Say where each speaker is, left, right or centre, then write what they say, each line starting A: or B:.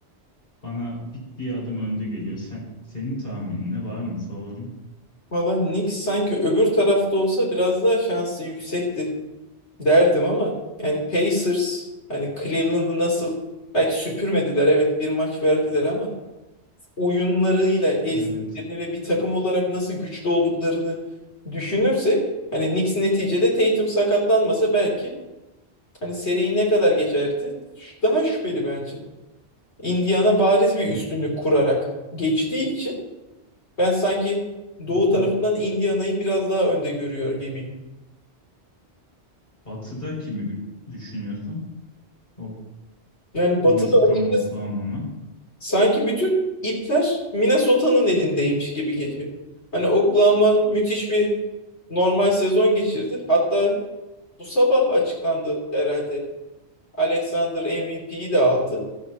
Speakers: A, on the left (about 55°); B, on the left (about 70°).
A: Bana bir, bir adım önde geliyor. Sen, senin tahminin ne var mı favorin?
B: Valla Knicks sanki öbür tarafta olsa biraz daha şansı yüksekti. derdim ama yani Pacers hani Cleveland'ı nasıl belki süpürmediler evet bir maç verdiler ama oyunlarıyla ezdiklerini
A: Evet.
B: ve bir takım olarak nasıl güçlü olduklarını düşünürsek hani Knicks neticede Tatum sakatlanmasa belki hani seri ne kadar geçerdi? Ş- Daha şüpheli bence. Indiana bariz bir üstünlük kurarak geçtiği için ben sanki
A: Hı
B: Doğu tarafından
A: hı.
B: Indiana'yı biraz daha önde görüyor gibiyim.
A: Batı'da kimi gö- düşünüyorsun? O
B: Yani Batı'da
A: Minnesota
B: açıkçası
A: mı Oklahoma mı?
B: Sanki bütün ipler Minnesota'nın elindeymiş gibi geliyor. Hani Oklahoma müthiş bir normal sezon geçirdi. Hatta bu sabah açıklandı herhalde. Alexander MVP'yi de aldı.